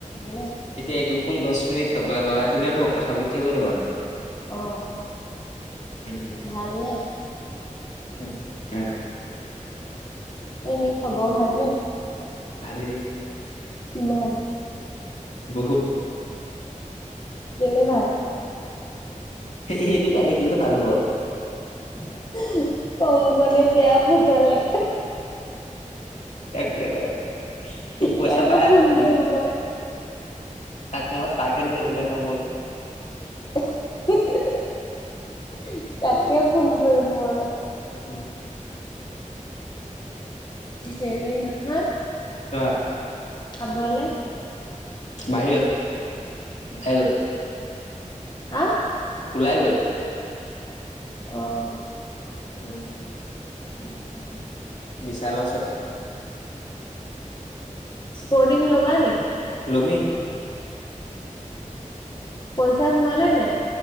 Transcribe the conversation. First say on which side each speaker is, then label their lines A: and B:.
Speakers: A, on the left; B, on the left.
A: ভালে
B: এতিয়া এইটো ফোন দচ মিনিট লগ লগাই থলে নহব কথা পাতি থাকিব মানে।
A: অহ
B: লাগিব উম
A: ভালনে?
B: উম উম।
A: এনেই খবৰ ভালনে?
B: ভালেই।
A: কিমান?
B: বহুত।
A: কেলে ভাল?
B: সেইটো কাৰনে কেলে ভাল হ'ব আৰু।
A: <inaudible> কংকণে বেয়া ফচালে।
B: কে <unintelligible> সি পাইচা
A: ইয়াকে
B: পাই
A: ফোন
B: আছে সি
A: কৰিম মই
B: তাক মই <unintelligible> কামোৰ।
A: <unintelligible> তাকে ফোন কৰিম মই।
B: উম,
A: হেৰি নহয়
B: কোৱা?
A: খাবলে।
B: বাহিৰত খাই গয়
A: হা
B: ওলাই গৈ।
A: অ'।
B: উম।
A: <unintelligible>
B: বিশালৰ অচত।
A: স্পৰ্টিং লবা নেকি?
B: লময়ে।
A: পইচা সোমালে নাই